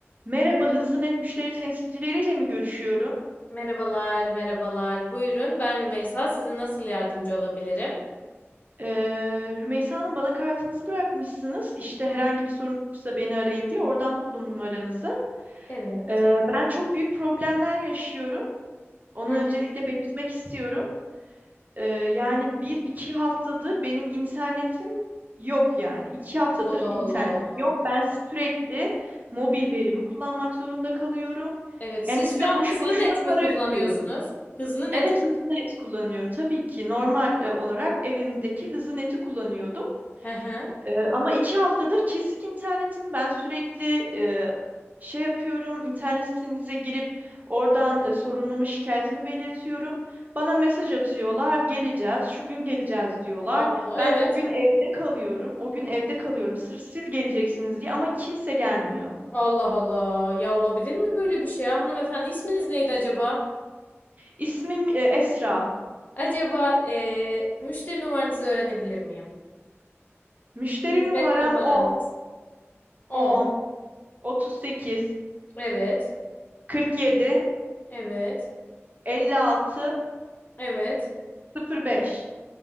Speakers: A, on the right; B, on the left.
A: Merhaba, Hızlı Net müşteri temsilcileriyle mi görüşüyorum?
B: Merhabalar, merhabalar. Buyurun, ben Rümeysa. Size nasıl yardımcı olabilirim?
A: Ee, Rümeysa Hanım bana kartınızı bırakmışsınız. İşte herhangi
B: Hı hı,
A: bir sorun olursa beni arayın diye oradan buldum numaranızı.
B: Evet.
A: Ee, ben çok büyük problemler yaşıyorum. Onu
B: Hı hı.
A: öncelikle belirtmek istiyorum. Ee, yani bir iki haftadır benim internetim yok yani. İki haftadır
B: Allah
A: internetim
B: Allah.
A: yok. Ben sürekli mobil verimi kullanmak zorunda kalıyorum.
B: Evet,
A: Yani
B: siz
A: size
B: şu an
A: boşu
B: hızlı
A: boşuna
B: net mi
A: para
B: kullanıyorsunuz?
A: ödüyorum.
B: Hızlı
A: Evet
B: net mi?
A: hızlı net kullanıyorum. Tabii ki normal e, olarak evimdeki hızlı neti kullanıyordum.
B: Hı hı.
A: E, ama iki haftadır kesik internetim. Ben sürekli e, şey yapıyorum. internet sitenize girip oradan e, sorunumu, şikayetimi belirtiyorum. Bana mesaj atıyorlar. Geleceğiz. Şu gün geleceğiz diyorlar.
B: Allah,
A: Ben
B: evet.
A: o gün evde kalıyorum. O gün evde kalıyorum. Sırf siz geleceksiniz diye ama kimse gelmiyor.
B: Allah Allah. Ya olabilir mi böyle bir şey ya? Hanımefendi isminiz neydi acaba?
A: İsmim e, Esra.
B: Acaba eee, müşteri numaranızı öğrenebilir miyim?
A: Müşteri
B: Hizmet
A: numaram
B: numaranız.
A: 10
B: On.
A: 10 38
B: Evet.
A: 47
B: Evet.
A: 56
B: Evet.
A: 05.